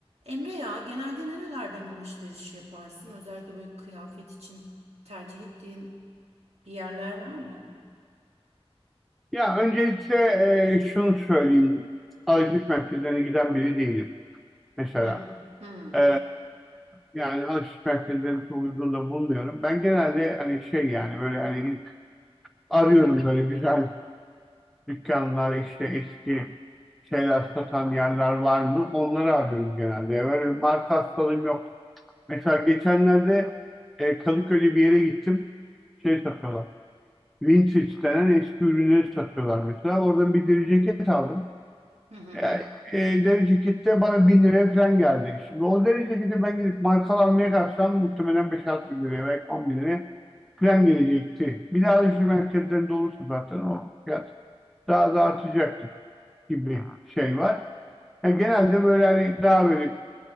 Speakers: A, on the right; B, in the centre.
A: Emre ya genelde nerelerden alışveriş yaparsın? Özellikle böyle kıyafet için tercih ettiğin bir yerler var mı?
B: Ya öncelikle e, şunu söyleyeyim. Alışveriş merkezlerine giden biri değilim mesela.
A: Hı, hı,
B: E, yani alışveriş merkezlerinin çok uygun da bulmuyorum. Ben genelde hani şey yani böyle hani gidip arıyorum böyle güzel dükkanlar işte eski şeyler satan yerler var mı? Onları arıyorum genelde. Böyle bir marka hastalığım yok. Mesela geçenlerde e, Kadıköy'de bir yere gittim. Şey satıyorlar. Vintage denen eski ürünleri satıyorlar mesela. Oradan bir deri ceket aldım.
A: hı, hı.
B: Yani, e, deri cekette bana 1000 liraya falan geldi. Şimdi o deri ceketi ben gidip markalı almaya kalksam muhtemelen beş altı bin liraya belki 10 bin liraya falan gelecekti. Bir daha alışveriş merkezlerinde olursa zaten o fiyat daha da artacaktı gibi şey var. Yani genelde böyle hani daha böyle